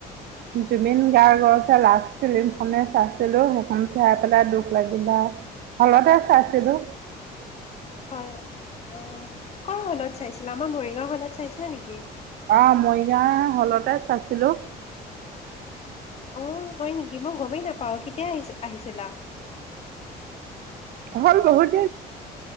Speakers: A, on the right (about 70°); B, on the left (about 40°).
A: জুবিন গাৰ্গৰ লাষ্ট ফিল্মখনে চাইছিলো সেইখন চাই পেলাই দুখ লাগিলা হলতে চাইছিলো।
B: হয় অ' কৰ হলত চাইছিল? আমাৰ মৰিগাঁও হলত চাইছিল চাইছিলা নেকি?
A: আহ মৰিগাঁৱ হলতে চাইছিলো।
B: আহ হয় নেকি? মই গমেই নাপাওঁ কেতিয়া আহি আহিছিলা?
A: হ'ল বহুত